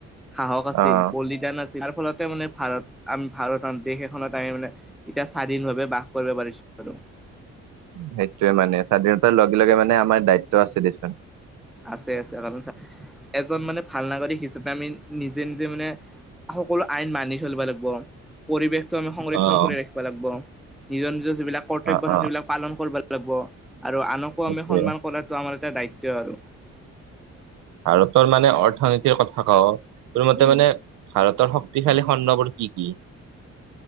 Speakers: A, in the centre; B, on the right.
A: সাহস আছিল,
B: অ'
A: বলিদান আছিল, তাৰ ফলতে মানে ভাৰত আমি ভাৰত। দেশ এখনত তাৰি মানে এতিয়া স্বাধীন ভাৱে বাস কৰিব পাৰিছো আৰু
B: সেইটোৱে মানে স্বাধীণত লগে লগে মানে আমাৰ দায়িত্ব আছে দেচোন।
A: আছে, আছে, কাৰণ এজন মানে ভাল নাগৰিক হিচাপে আমি নিজে নিজে মানে সকলো আইন মানি চলিব লাগিব। পৰিৱেশটো আমি সংৰক্ষন
B: অ'
A: কৰি ৰাখিব লাগিব, নিজৰ নিজৰ যিবিলাক কৰ্তব্য
B: অ' অ'
A: থাকে সেই বিলাক পালন কৰিব লাগিব আৰু আনকো
B: সেইটোয়ে
A: আমি সন্মান কৰাতটো আমাৰ এটা দায়িত্ব আৰু
B: ভাৰতৰ মানে অৰ্থনীতিৰ কথা কওঁ, তোৰ মতে
A: উম
B: মানে ভাৰত শক্তিশালী খণ্ডবৰ কি কি?